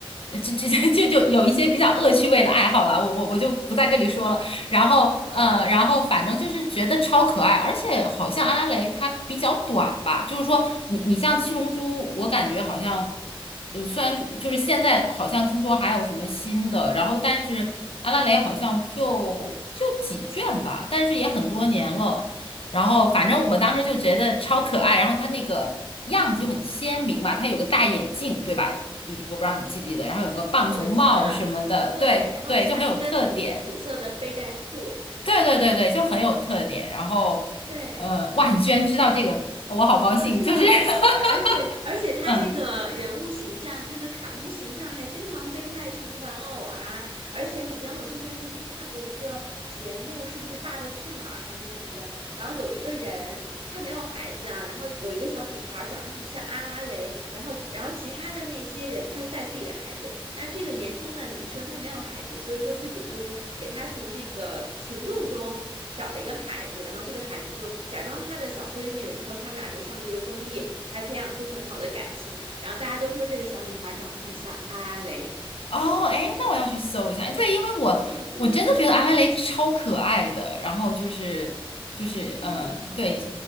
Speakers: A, on the left (about 80°); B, on the right (about 75°).
A: 呃就就 <laughs> 就就有一些比较恶趣味的爱好啦，我我我就不在这里说了。然后呃，
B: 嗯，好的，
A: 然后反正就是觉得超可爱，而且好像阿拉蕾它比较短吧，就是说你你像七龙珠，我感觉好像，呃，虽然就是现在好像听说还有什么新的，然后但是阿拉蕾好像就就几卷吧，但是也很多年了，然后反正我当时就觉得超可爱，然后它那个。样子就很鲜明吧，它有个大眼镜，对吧？你你我不知道你记不记得，然后有个棒球帽什么的，
B: 我记得对，
A: 对对，
B: 然后穿一个紫紫色的背带裤，
A: 就很有特点。对对对对，就很有特点。然后，
B: 对。
A: 呃，哇，你居然知道这个，我好高兴。
B: 嗯，知道的，
A: 就是
B: 而而且而且他这个人物形象，
A: <laughs> 嗯，
B: 就这个卡通形象还经常被卖成玩偶啊，而且好像我之前曾经看过一个节目，是不是《爸爸去哪儿》还是什么的，然后有一个人他没有孩子啊，然后有一个小女孩儿长得很像阿拉蕾，然后然后其他的那些人他就带自己的孩子，但是这个年轻的男生他没有孩子，所以说剧组就给他从那个群众中找了一个孩子，然后这个孩子就假装他的小闺女，然后他们俩就上这个综艺，还培养出很好的感情。然后大家都说这个小女孩长得很像阿拉蕾，
A: 哦，哎，那我要去搜一下。对，因为我我真的觉得阿拉蕾超可爱的。
B: 嗯，对对对，
A: 然后就是就是呃，
B: 嗯，
A: 对，